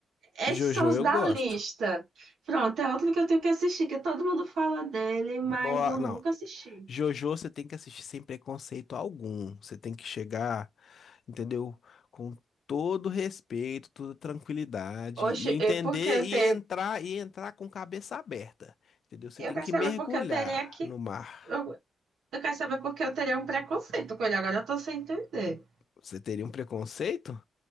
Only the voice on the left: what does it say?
Jojo
eu
gosto.
No-
não,
Jojo você tem que assistir sem preconceito algum. Você tem que chegar, entendeu? Com todo respeito, toda tranquilidade
e entender
e
entrar e entrar com cabeça aberta, entendeu? Você
tem
que mergulhar
no mar.
Você teria um preconceito?